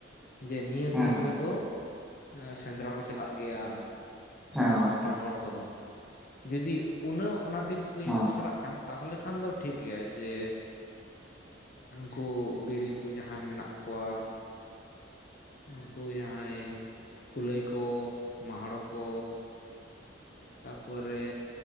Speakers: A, on the left (about 45°); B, in the centre.
A: ᱡᱮ ᱱᱤᱭᱟᱹ
B: ᱦᱮᱸ
A: ᱫᱤᱱ ᱨᱮ ᱫᱚ ᱥᱮᱸᱫᱽᱨᱟ ᱠᱚ ᱪᱟᱞᱟᱜ ᱜᱮᱭᱟ
B: ᱦᱮᱸ
A: ᱩᱱᱠᱩ
B: ᱜᱚᱝᱠᱮ
A: ᱥᱟᱱᱛᱟᱲ ᱦᱚᱲ ᱠᱚᱫᱚ ᱡᱩᱫᱤ ᱩᱱᱟᱹᱜ ᱚᱱᱟ ᱫᱤᱱ ᱠᱚ ᱜᱮ
B: ᱦᱮᱸ
A: ᱡᱩᱫᱤ ᱠᱚ ᱪᱟᱞᱟᱜ ᱠᱷᱟᱱᱼᱼ ᱛᱟᱦᱚᱞᱮ ᱠᱷᱟᱱ ᱫᱚ ᱴᱷᱤᱠ ᱜᱮᱭᱟ ᱡᱮ ᱩᱱᱠᱩ ᱵᱤᱨᱤᱧ ᱠᱩ ᱡᱟᱸᱦᱟᱸᱭ ᱢᱮᱱᱟᱜ ᱠᱚᱣᱟ ᱩᱱᱠᱩ ᱡᱟᱦᱟᱸᱭ ᱠᱩᱞᱟᱹᱭ ᱠᱚ ᱢᱟᱦᱲᱚ ᱠᱚ ᱛᱟᱯᱚᱨᱮ